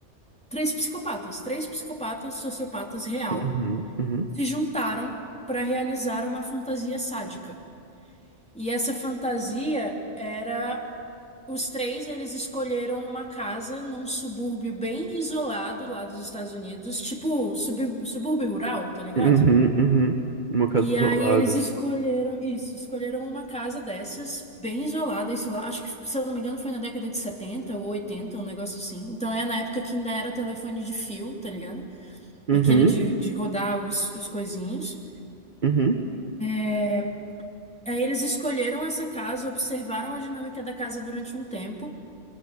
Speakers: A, in the centre; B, on the right (about 45°).
A: Três psicopatas, três psicopatas, sociopatas real,
B: uhum, uhum,
A: se juntaram para realizar uma fantasia sádica. E essa fantasia era os três, eles escolheram uma casa num subúrbio bem isolado lá dos Estados Unidos, tipo subúrbio, subúrbio rural, tá ligado?
B: uhum, uhum. Uma casa
A: E
B: isolada,
A: aí eles
B: assim.
A: escolheram isso, escolheram uma casa dessas, bem isolada, isso lá, acho que, se eu não me engano, foi na década de 70 ou 80, um negócio assim. Então é na época que ainda era telefone de fio, tá ligado?
B: Uhum,
A: Aquele de, de rodar os, os coisinhos.
B: uhum,
A: É, Aí eles escolheram essa casa, observaram a dinâmica da casa durante um tempo